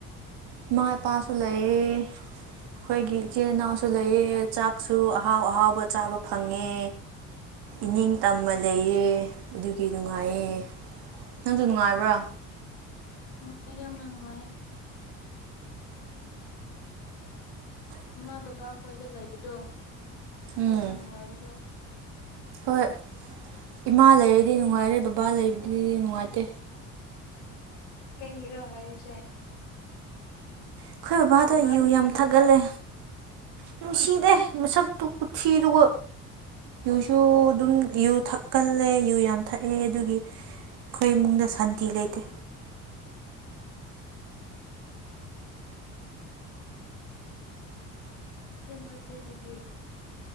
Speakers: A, on the right (about 65°); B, on the left (about 75°).
A: ꯏꯃꯥ ꯏꯄꯥꯁꯨ ꯂꯩꯌꯦ ꯑꯩꯈꯣꯏꯒꯤ ꯏꯆꯤꯜ ꯏꯅꯥꯎꯁꯨ ꯂꯩꯑ ꯆꯥꯛꯁꯨ ꯑꯍꯥꯎ ꯑꯍꯥꯎꯕ ꯆꯥꯕ ꯐꯪꯉꯦ ꯏꯅꯤꯡ ꯇꯝꯃ ꯂꯩꯑ ꯑꯗꯨꯒꯤ ꯅꯨꯡꯉꯥꯏꯌꯦ ꯅꯪꯁꯨ ꯅꯨꯡꯉꯥꯏꯕ꯭ꯔꯥ
B: ꯑꯩꯒꯤ ꯌꯥꯝꯅ ꯅꯨꯡꯉꯥꯏꯦ ꯏꯃꯥ ꯕꯕꯥ ꯈꯣꯏꯗ ꯂꯩꯕꯗꯣ ꯑꯗꯨꯅ
A: ꯎꯝ
B: ꯅꯨꯡꯉꯥꯏꯌꯦꯕ
A: ꯍꯣꯏ ꯏꯃꯥ ꯂꯩꯔꯗꯤ ꯅꯨꯡꯉꯥꯏꯔꯦ ꯕꯕꯥ ꯂꯩꯕꯗꯗꯤ ꯅꯨꯡꯉꯥꯏꯇꯦ
B: ꯀꯩꯒꯤꯔꯣ ꯍꯥꯏꯔꯤꯁꯦ
A: ꯑꯩꯈꯣꯏ ꯕꯕꯥꯗꯣ
B: ꯕꯕꯥ
A: ꯌꯨ
B: ꯅꯨꯡꯁꯤꯗꯕ꯭ꯔꯥ
A: ꯌꯥꯝ ꯊꯥꯒꯜꯂꯦ ꯅꯨꯡꯁꯤꯗꯦ ꯃꯁꯛꯇꯨ ꯀꯊꯗꯨ ꯨꯁꯨ ꯑꯗꯨꯝ ꯨ ꯊꯛꯀꯜꯂꯦ ꯨ ꯌꯥꯝ ꯊꯛꯑꯦ ꯑꯗꯨꯒꯤ ꯑꯩꯈꯣꯏ ꯏꯃꯨꯡꯗ ꯁꯥꯟꯇꯤ ꯂꯩꯇꯦ
B: ꯌꯥꯝ ꯐꯠꯇꯦ ꯑꯗꯨꯗꯤ